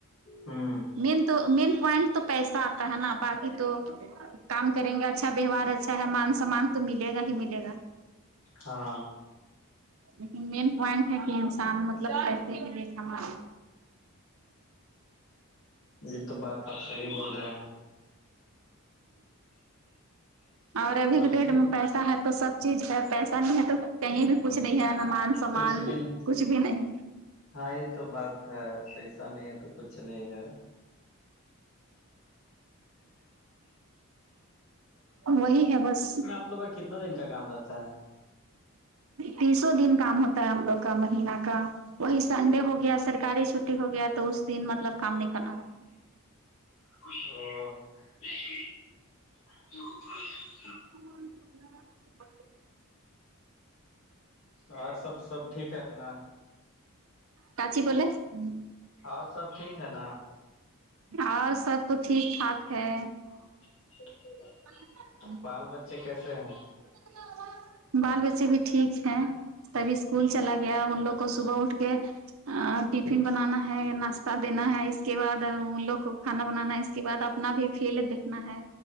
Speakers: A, on the left (about 65°); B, on the right (about 70°).
A: ہوں
B: مین تو مین پوائنٹ تو پیسہ آتا ہے نا باقی تو کام کریں گے اچھا ووہار اچھا ہے مان سمان تو ملے گا ہی ملے گا
A: ہاں
B: لیکن مین پوائنٹ ہے کہ انسان مطلب کیسے کے لے سانا
A: یہ تو بات آپ صحیح بول رہے ہیں
B: اور ابھی
A: ویسے
B: کے ڈیٹ میں پیسہ تو سب چیز ہے پیسہ نہیں ہے تو کہیں بھی کچھ نہیں ہے ن مان سمان
A: کچھ بھی نہیں
B: کچھ بھی نہیں
A: ہاں یہ تو بات ہے پیسہ نہیں ہے تو کچھ نہیں ہے
B: وہی ہے بس
A: آ لوگ کا کتنا دن کا کام رہتا ہے
B: تیسوں دن کام ہوتا ہے ہم لوگ کا مہینہ کا وہی سنڈے ہو گیا سرکاری چھٹی ہو گیا تو اس دن مطلب کام نہیں کرنا رہتے
A: ہ <unintelligible> ج <unintelligible>
B: <inaudible>
A: اور سب سب ٹھیک ہے نا
B: کاچی ب <inaudible> ہوں <unintelligible>
A: اور سب ٹھیک ہے نا
B: اور سب تو ٹھیک ٹھاک ہے
A: ہے <inaudible>
B: ہاں <unintelligible>
A: بال بچے کیسے ہیں
B: <inaudible> بال بچے بھی ٹھیک ہیں تبھی اسکول چلا گیا ان لوگ کو صبح اٹھ کے ٹفن بنانا ہے ناشتہ دینا ہے اس کے بعد ان لوگ کو کھانا بنانا ہے اس کے بد اپنا بھی فیلڈ دیکھنا ہے